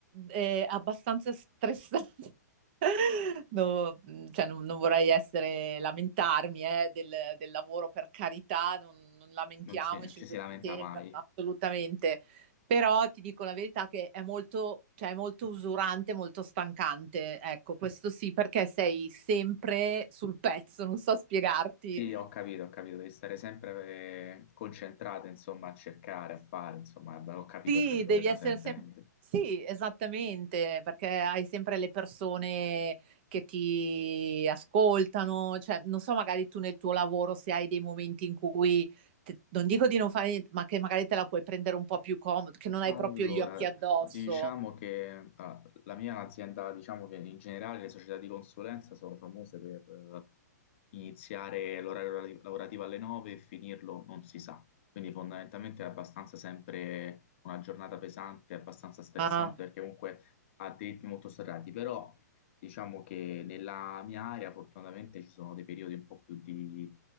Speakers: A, on the right; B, on the left.
A: è abbastanza stressante. <laughs> No, mh, cioè, non, non vorrei essere, lamentarmi, eh, del, del lavoro, per carità, non, non
B: <laughs>
A: lamentiamoci
B: non si- non ci
A: in questi
B: si lamenta
A: tempi,
B: mai.
A: assolutamente. Però ti dico la verità che è molto, cioè, è molto usurante, molto stancante. Ecco, questo sì, perché sei sempre sul pezzo, non so spiegarti.
B: Sì, ho capito, ho capito, devi stare sempre eh, concentrato, insomma, a cercare, a fare, insomma, ho capito,
A: Sì,
B: ho capito
A: devi
B: che cosa
A: essere
B: intendi.
A: sempre... Sì, esattamente, perché hai sempre le persone che ti ascoltano, cioè non so, magari tu nel tuo lavoro se hai dei momenti in cui, te- non dico di non fare niente, ma che magari te la puoi prendere un po' più comodo, che non hai
B: Allora,
A: proprio gli occhi addosso.
B: diciamo che ah, la mia è un'azienda, diciamo che in generale le società di consulenza sono famose per eh, iniziare l'orario lavorati- lavorativo alle 9 e finirlo non si sa. Quindi fondamentalmente è abbastanza sempre una giornata pesante, abbastanza stressante
A: Ah,
B: perché comunque ha dei ritmi molto serrati, però diciamo che nella mia area fortunatamente ci sono dei periodi un po' più di,